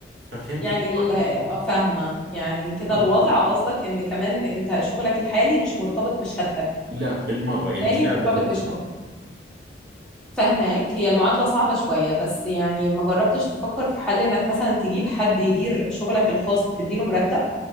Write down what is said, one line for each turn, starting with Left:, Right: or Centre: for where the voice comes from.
Right: ففهمتي
Centre: يعني
Right: كل
Centre: ال-
Right: واحد
Centre: آه،
Right: إله-
Centre: فاهمة يعني كده
Right: اه
Centre: الوضع قصدك ان كمان انت شغلك الحالي مش مرتبط بشهادتك
Right: لا بالمرة
Centre: التاني
Right: يعني مش قاعد
Centre: مرتبط
Right: باخذ
Centre: بشهادتك
Right: خبرة
Centre: فهماك هي المعادلة صعبة شوية بس يعني ما جربتش تفكر في حل انك مثلا تجيب حد يدير شغلك الخاص وتديله مرتب